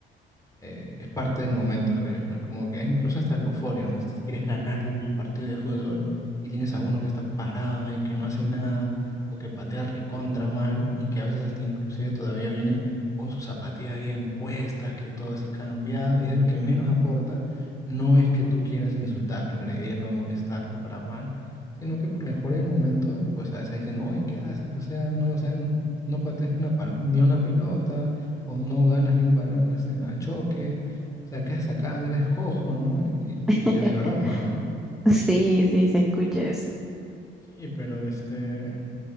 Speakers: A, on the left; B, in the centre.
A: eh, es parte del momento, creo yo, ¿no? Es como que hay incluso hasta la euforia, ¿no? Si quieres ganar el el partido de fútbol y tienes a uno que está parado ahí, que no hace nada, o que patea recontra mal, y que a veces hasta inclusive todavía viene con sus zapatillas bien puestas, que todo así cambiado, y es el que menos aporta, no es que tú quieras insultarlo, agredirlo, molestarlo para mal, sino que por la euforia del momento, pues a veces dicen, oye, ¿qué haces? O sea, no, o sea, no patees ni una, pal- ni una pelota o no ganas ni un balón este, al choque, o sea, ¿qué haces acá? No eres cojo, ¿no? Y, y
B: <laughs>
A: es de broma,
B: Mm.
A: ¿no?
B: Sí, sí, se escucha eso.
A: Sí, pero este,